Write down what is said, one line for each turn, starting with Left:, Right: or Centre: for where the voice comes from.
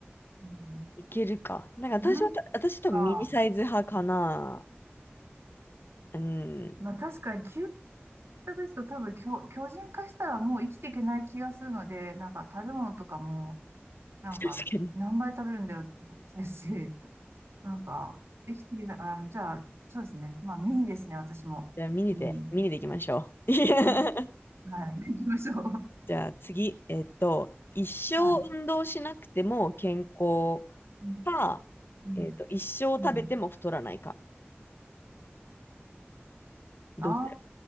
Right: うん
Left: いけるか。なんか私は、
Right: なん
Left: 私多分ミニサイズ派かな。
Right: か、
Left: うん。
Right: まあ確かに究極ですけど、多分巨巨人化したらもう生きていけない気がするので、なんか食べ物とかも、なんか何倍食べるんだよって話ですし、
Left: 確かに。
Right: なんか、できてきた、あ、じゃあ、そうですね。まあ、メインですね、私も。
Left: じゃあ、ミニで、
Right: うん。
Left: ミニでいきましょう。<laughs>
Right: うんはい。行きましょう。
Left: じゃあ、次。えっと、一生運動しなくても健康
Right: はい。うん。
Left: か、
Right: うん
Left: えっと、一生食べても太らないか。
Right: うん
Left: どっちら
Right: あー